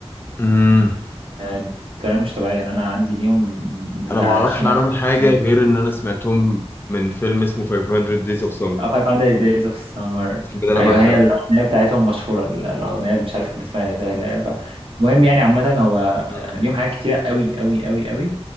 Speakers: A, on the left; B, on the right.
A: امم
B: آه، بطريقه مش طبيعيه يعني انا عندي اليوم بتاع
A: انا ما اعرفش
B: 20
A: عنهم
B: مره
A: حاجة
B: اغنيه
A: غير ان انا سمعتهم من فيلم اسمه 500 Days of Summer
B: آه، 500 Days of Summer
A: الفيلم ده انا
B: ايوه
A: بعشقه
B: هي الاغنيه بتاعتهم مشهوره ال- الاغنيه مش عارف كان اسمها ايه لا لا ف- المهم يعني عامه هو
A: مم.
B: اليوم حاجات كتيره قوي قوي قوي قوي